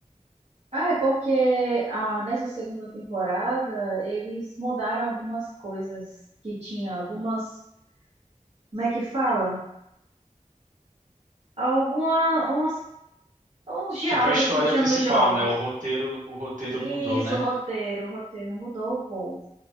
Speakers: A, on the right; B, on the right.
A: Ah, é porque ah, nessa segunda temporada eles mudaram algumas coisas que tinha, algumas, como é que fala? Alguma, umas, uns diálogos
B: Tipo, a história
A: que tinha
B: principal,
A: nos jogos.
B: né? O roteiro, o roteiro
A: Isso,
B: mudou, né?
A: roteiro, roteiro mudou o povo.